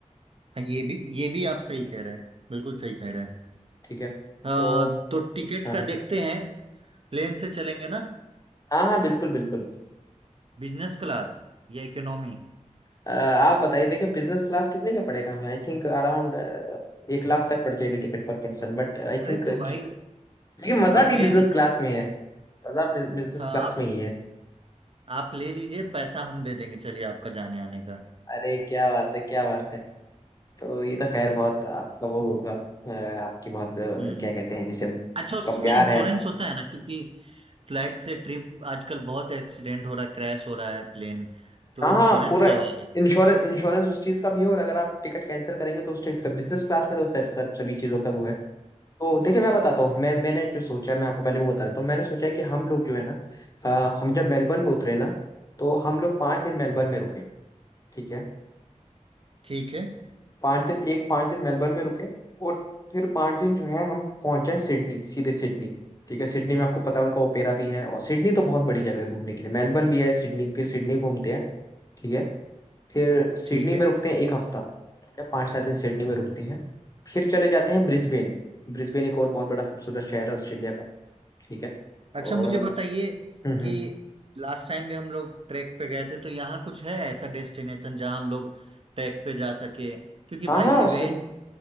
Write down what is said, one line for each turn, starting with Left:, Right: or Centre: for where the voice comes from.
Right: हाँ ये भी ये भी आप सही कह रहे हैं बिल्कुल सही कह रहे हैं
Left: ठीक है
Right: अ,
Left: तो
Right: तो टिकट
Left: हाँ
Right: का देखते हैं प्लेन से चलेंगे ना
Left: हाँ हाँ बिल्कुल बिल्कुल
Right: बिजनेस क्लास या इकोनॉमी
Left: अ, आप बताइए देखिए बिजनेस क्लास कितने का पड़ेगा हमें आई थिंक अराउंड एक लाख तक पड़ जाएगी टिकट पर पर्सन बट आई
Right: अरे
Left: थिंक
Right: तो
Left: लेकिन
Right: भाई
Left: मजा
Right: आप
Left: भी
Right: ले
Left: बिजनेस
Right: लीजिए
Left: क्लास में है मजा बिजनेस
Right: हाँ
Left: क्लास
Right: आप
Left: में ही है
Right: आप ले लीजिए पैसा हम दे देंगे चलिए आपका जाने आने का
Left: अरे क्या बात है क्या बात है तो ये तो खैर बहुत आपका वो होगा अ, आपकी बहुत अ,
Right: हम्म
Left: क्या कहते हैं जिसे
Right: अच्छा उसमें
Left: का प्यार
Right: इंश्योरेंस
Left: है
Right: होता है ना क्योंकि फ्लाइट से ट्रिप आजकल बहुत एक्सीडेंट हो रहा है क्रैश हो रहा है प्लेन तो
Left: हाँ
Right: इंश्योरेंस
Left: हाँ पूरा
Right: करवा लेंगे
Left: इंश्योरेंस इंश्योरेंस उस चीज का भी है और अगर आप टिकट कैंसिल करेंगे तो उस चीज का बिजनेस क्लास में तो खैर सब सभी चीजों का वो है तो देखिए मैं बताता हूँ मैं मैंने जो सोचा है, मैं आपको पहले वो बता देता हूँ मैंने सोचा है कि हम लोग जो है ना अ, हम जब मेलबर्न में उतरे ना तो हम लोग पाँच दिन मेलबर्न में रुके ठीक है
Right: ठीक है
Left: पाँच दिन एक पाँच दिन मेलबर्न में रुके और फिर पाँच दिन जो है हम पहुंच जाए सिडनी सीधे सिडनी ठीक है सिडनी में आपको पता है उनका ओपेरा भी है और सिडनी तो बहुत बड़ी जगह है घूमने के लिए मेलबर्न भी है सिडनी फिर सिडनी घूमते हैं ठीक है फिर सिडनी
Right: ठीक है
Left: में रुकते हैं एक हफ्ता ठीक है पाँच सात दिन सिडनी में रुकते हैं फिर चले जाते हैं ब्रिस्बेन ब्रिस्बेन एक और बहुत बड़ा खूबसूरत शहर है ऑस्ट्रेलिया का ठीक है
Right: अच्छा
Left: और
Right: मुझे
Left: हम्म
Right: बताइए कि
Left: हम्म।
Right: लास्ट टाइम भी हम लोग ट्रैक पे गए थे तो यहाँ कुछ है ऐसा डेस्टिनेशन जहाँ हम लोग ट्रैक पे जा सके क्योंकि भाई
Left: हाँ हाँ
Right: इवेंट
Left: उससे